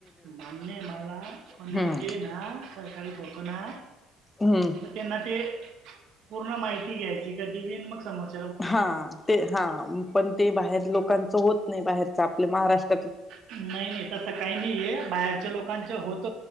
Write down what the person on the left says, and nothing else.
हम्म
हम्म
हा ते, हा पण ते बाहेर, लोकांच होत नाही बाहेरच आपल्या महाराष्ट्र